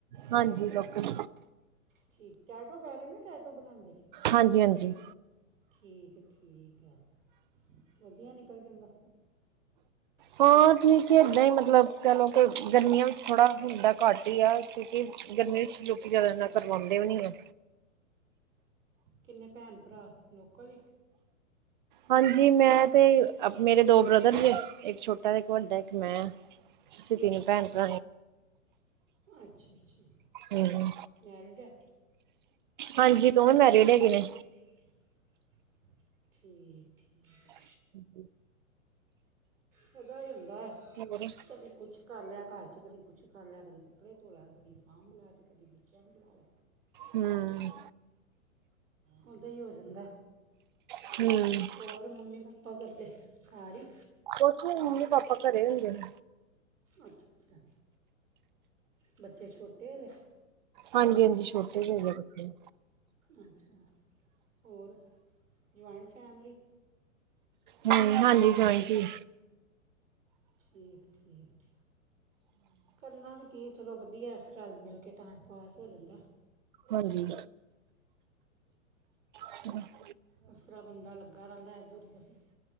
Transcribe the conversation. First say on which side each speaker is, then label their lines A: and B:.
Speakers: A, on the right; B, on the right.
A: ਹਾਂਜੀ, ਲੋਕਲ।
B: ਠੀਕ ਟੈਟੋ ਕਹਿ ਰਹੇ ਨੇ ਟੈਟੋ ਬਣਾਉਂਦੇ
A: ਹਾਂਜੀ ਹਾਂਜੀ
B: ਠੀਕ ਠੀਕ ਆ ਵਧੀਆ ਨਿਕਲ ਜਾਂਦਾ
A: ਹਾਂ ਠੀਕ ਇੱਦਾਂ ਹੀ ਮਤਲਬ ਕਹਿ ਲਓ ਕਿ ਗਰਮੀਆਂ ਵਿੱਚ ਥੋੜਾ ਹੱਡਾ ਘੱਟ ਹੀ ਆ ਕਿਉਂਕਿ ਗਰਮੀ ਵਿੱਚ ਲੋਕਿ ਜਿਆਦਾ
B: ਅੱਛਾ
A: ਇਨਾ
B: ਅੱਛਾ
A: ਕਰਵਾਉਂਦੇ ਵੀ ਨ ਆ
B: ਕਿੰਨੇ ਭੈਣ ਭਰਾ ਲੋਕਲ ਹੀ
A: ਹਾਂਜੀ ਮੈਂ ਤੇ ਮੇਰੇ ਦੋ ਬ੍ਰਦਰ ਜੇ ਇੱਕ ਛੋਟਾ ਤੇ ਇੱਕ ਵੱਡਾ ਇੱਕ ਮੈਂ ਤੁਸੀਂ ਇੰਨੇ ਭੈਣ ਭਰਾ ਨੇ
B: ਅੱਛਾ-ਅੱਛਾ।
A: ਹੁਂ।
B: ਮੈਰਿਡ ਹੈ?
A: ਹਾਂਜੀ। ਦੋਵੇਂ
B: ਠੀਕ-ਠੀਕ।
A: ਮੈਰਿਡ ਹੈਗੇ ਨੇ ਹਾਂਜੀ।
B: ਫਾਇਦਾ ਹੀ ਹੁੰਦਾ,
A: ਹੋਰ
B: ਕਭੀ ਕੁਛ‌ ਕਰ ਲਿਆ ਘਰ ਚ, ਕਦੀ ਕੁਛ ਕਰ ਲਿਆ, ਕਦੀ ਕੱਪੜੇ ਧੋ ਲਏ, ਕਦੀ ਕਾਮ ਲੈ, ਕਦੀ ਬੱਚਿਆਂ ਨੁਂ ਪੜਾਓ।
A: ਹੁਂ।
B: ਉਹਦਾਂ ਹੀ ਹੋ ਜਾਂਦਾ।
A: ਹੁਂ।
B: ਹੋਰ ਮੰਮੀ-ਪਾਪਾ ਕਰਦੇ? ਘਰ ਹੀ?
A: ਕੁਛ ਨੀ। ਮੰਮੀ-ਪਾਪਾ ਘਰੇ ਹੁੰਦੇ ਨੇ।
B: ਅੱਛ-ਅੱਛਾ। ਬੱਚੇ ਛੋਟੇ ਨੇ?
A: ਹਾਂਜੀ-ਹਾਂਜੀ। ਛੋਟੇ ਜੇੇ ਹੈਗੇ ਬੱਚੇ।
B: ਅੱਛਾ, ਹੋਰ ਜਇੰਟ ਫੈਮਲੀ?
A: ਹੁਂ, ਹਾਂਜੀ, ਜਞਾਂਇਟ ਹੀ ਏ।
B: ਠੀਕ-ਠੀਕ। ਕਰਨਾ ਵੀ ਕੀ, ਚਲੋ ਵਧੀਆ, ਰਲ-ਮਿਲ ਕੇ ਟਾਈਮ ਪਾਸ ਹੋ ਜਾਂਦਾ।
A: ਹਾਂਜੀ। ਹ
B: ਉਸ ਤਰ੍ਹਾਂ ਬੰਦਾ ਲੱਗਾ ਰਹਿੰਦਾ ਇੱਧਰ-ਉੱਧਰ।